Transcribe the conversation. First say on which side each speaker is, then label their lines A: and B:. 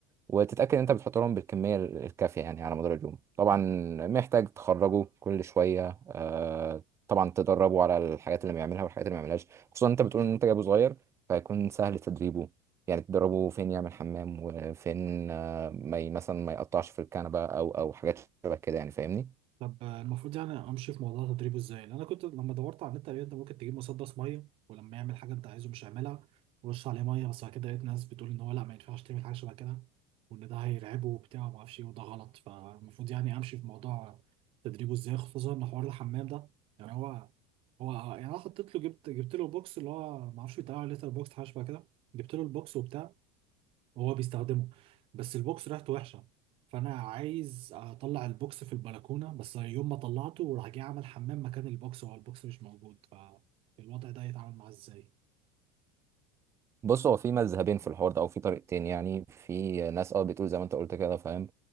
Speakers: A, on the right (about 20°); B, on the right (about 45°).
A: وتتأكد إن أنت بتحط لهم بالكمية ال- الكافية يعني على مدار اليوم طبعا محتاج تخرجه كل شوية آه، طبعا تدربه على الحاجات اللي بيعملها والحاجات اللي ما بيعملهاش خصوصا أنت بتقول إن أنت جايبه صغير فهيكون سهل تدريبه يعني تدربه فين يعمل حمام وفين آه، ما ي- مثلا ما يقطعش في الكنبة أو أو حاجات شبه كده يعني فاهمني
B: طب المفروض يعني امشي في موضوع تدريبه ازاي لان انا كنت لما دورت على النت لقيت انت ممكن تجيب مسدس ميه ولما يعمل حاجه انت عايزه مش هيعملها ورش عليه ميه بس بعد كده لقيت ناس بتقول ان هو لا ما ينفعش تعمل حاجه شبه كده وان ده هيرعبه وبتاع وما اعرفش ايه وده غلط فالمفروض يعني امشي في موضوع تدريبه ازاي خصوصا ان حوار الحمام ده يعني هو هو يعني انا حطيت له جبت جبت له بوكس اللي هو ما اعرفش بيتقال عليه ليتر بوكس حاجه شبه كده جبت له البوكس وبتاع وهو بيستخدمه بس البوكس ريحته وحشه فانا عايز اطلع البوكس في البلكونه بس يوم ما طلعته راح جاي عمل حمام مكان البوكس وهو البوكس مش موجود فالوضع ده يتعامل معاه ازاي
A: بص هو في مذهبين في الحوار ده او في طريقتين يعني في ناس اه بتقول زي ما انت قلت كده فاهم